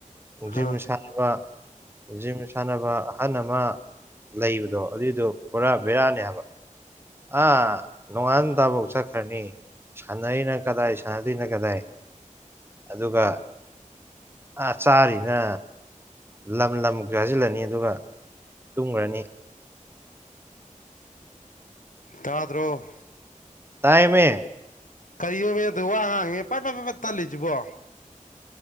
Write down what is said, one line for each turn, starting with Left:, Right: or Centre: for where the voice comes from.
Right: ꯖꯤꯝ
Left: ꯍꯥ
Right: ꯁꯥꯟꯅꯕ ꯖꯤꯝ ꯁꯥꯟꯅꯕ ꯑꯍꯜ ꯑꯃ ꯂꯩꯕꯗꯣ ꯑꯗꯨꯏꯗꯣ ꯄꯨꯔꯥ ꯕꯦꯔꯥꯅꯦ ꯍꯥꯏꯕ ꯑꯥ ꯅꯣꯡꯉꯥꯟ ꯇꯥꯕꯧ ꯆꯠꯈ꯭ꯔꯅꯤ ꯁꯥꯟꯅꯩꯅ ꯀꯗꯥꯏ ꯁꯥꯟꯅꯗꯣꯏꯅꯣ ꯀꯗꯥꯏ ꯑꯗꯨꯒ ꯑ ꯆꯥꯔꯤꯅ ꯂꯝ ꯂꯝ ꯆꯥꯁꯤꯜꯂꯅꯤ ꯑꯗꯨꯒ ꯇꯨꯝꯒ꯭ꯔꯅꯤ
Left: ꯇꯥꯗ꯭ꯔꯣ
Right: ꯇꯥꯏꯃꯦ
Left: ꯀꯔꯤꯅꯤꯃꯦ ꯑꯗꯨꯣ ꯋꯥ ꯉꯥꯡꯉꯤꯅꯦ ꯄꯠ ꯄꯠ ꯄꯠ ꯄꯠ ꯇꯠꯂꯤꯁꯤꯕꯣ